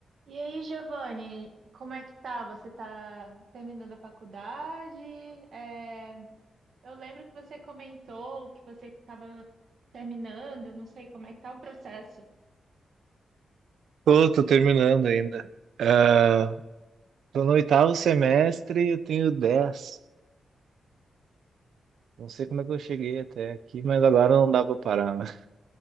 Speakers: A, on the right; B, on the right.
A: E aí, Giovanni, como é que tá? Você tá terminando a faculdade? É, eu lembro que você comentou que você estava terminando, não sei como é que tá o processo.
B: Tô, tô terminando ainda. Ah, tô no oitavo semestre e eu tenho 10. Não sei como é que eu cheguei até aqui, mas agora não dá pra parar. né?